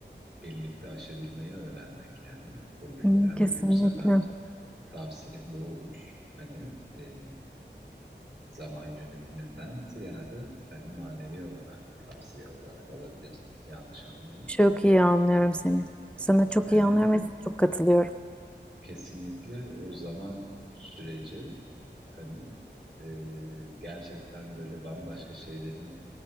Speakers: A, on the right; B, in the centre.
A: birlikte aşabilmeyi öğrenmek yani. Buradaki
B: Hmm,
A: en
B: Kesinlikle.
A: büyük sana tavsiyem bu olur. Hani e, zaman yönetiminden ziyade hani manevi olarak da tavsiye olarak alabilirsin. Yanlış anlama.
B: Çok iyi anlıyorum seni. Sana çok
A: Hani
B: iyi anlıyorum ve çok katılıyorum.
A: kesinlikle o zaman süreci hani e, gerçekten böyle bambaşka şeylerin